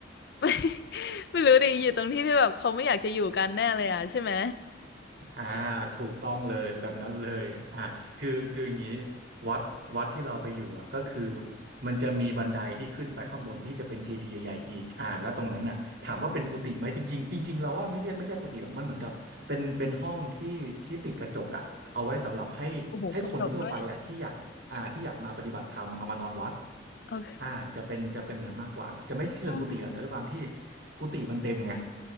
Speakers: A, on the left (about 60°); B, on the right (about 65°).
A: <laughs> ไม่ไม่รู้ดิอยู่ตรงที่ที่แบบเขาไม่อยากจะอยู่กันแน่เลยอ่ะใช่ไหม
B: อ่าถูกต้องเลยแบบนั้นเลยอ่าคือคืออย่างนี้วัดวัดที่เราไปอยู่อ่ะก็คือมันจะมีบันไดที่ขึ้นไปข้างบนที่จะเป็นเจดีย์ใหญ่ๆอีกอ่าแล้วตรงนั้นน่ะถามว่าเป็นกุฏิไหมจริงๆจริงๆเราว่าไม่เรียกไม่เรียกกุฏิหรอกมันเหมือนกับเป็นเป็นห้องที่ที่ติดกระจกอ่ะเอาไว้สำหรับให้ให้คนทั่วๆไปอ่ะที่อยากอ่าที่อยากมาปฏิบัติธรรมเอามานอนวัด
A: โอ้โหกระจกด้วยโอเค
B: อ่าจะเป็นจะเป็นแบบนั้นมากกว่าจะไม่เชิงกุฏิหรอกแต่ด้วยความที่
A: อืม
B: กุฏิมันเต็มไง